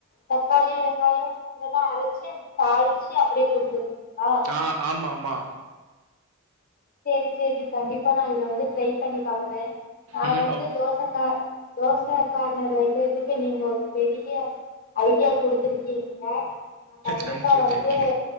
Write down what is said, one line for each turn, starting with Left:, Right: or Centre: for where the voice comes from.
Left: தக்காளி வெங்காயம் பூண்டெல்லா அரைச்சு அத தாளிச்சு அப்படியே குடுத்துருவிங்களா
Right: கா ஆமா ஆமா
Left: சேரி சேரி கண்டிப்பா நான் இத வந்து ட்ரை பண்ணி பாக்குறே நா
Right: ம்
Left: வந்து
Right: ஓகே
Left: தோசை ச கார் தோசை கார்னர் வைக்கறதுக்கு நீங்க ஒரு பெரிய ஐடியா குடுத்துருக்கீங்க நா கண்டிப்பா
Right: தேங்க்யூ
Left: வந்து
Right: தேங்க்யூ